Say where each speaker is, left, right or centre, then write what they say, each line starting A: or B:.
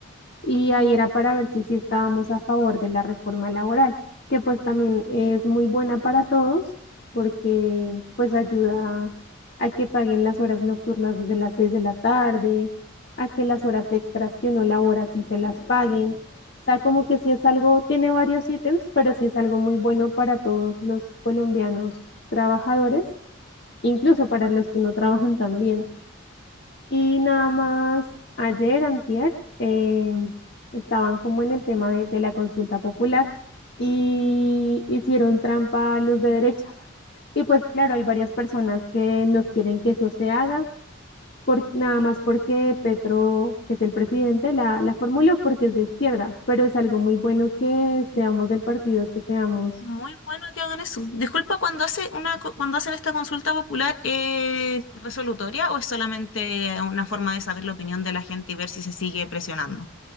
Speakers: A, on the left; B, on the left.
A: y ahí era para ver si sí estábamos a favor de la reforma laboral, que pues también es muy buena para todos porque pues ayuda a que paguen las horas nocturnas desde las 6 de la tarde, a que las horas extras que uno labora sí se las paguen. O sea, como que sí es algo, tiene varios ítems, pero sí es algo muy bueno para todos los colombianos trabajadores, incluso para los que no trabajan también. Y nada más, ayer, antier, eh, estaban como en el tema de, de la consulta popular y hicieron trampa los de derecha. Y pues claro, hay varias personas que no quieren que eso se haga, por, nada más porque Petro, que es el presidente, la, la formuló porque es de izquierda, pero es algo muy bueno que seamos del partido que seamos
B: Muy bueno que hagan eso. Disculpa, cuando hace una, co- cuando hacen esta consulta popular, ¿es resolutoria o es solamente una forma de saber la opinión de la gente y ver si se sigue presionando?